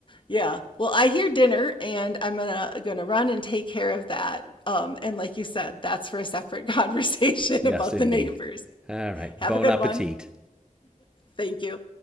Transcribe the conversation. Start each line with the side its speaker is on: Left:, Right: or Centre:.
Left: Yeah. Well, I hear dinner and I'm gonna gonna run and take care of that. Um, and like you said, that's for a separate conversation
Centre: Yes,
Left: <laughs> about
Centre: indeed.
Left: the neighbors.
Centre: All right.
Left: Have
Centre: Bon
Left: a good
Centre: appetit.
Left: one. Thank you.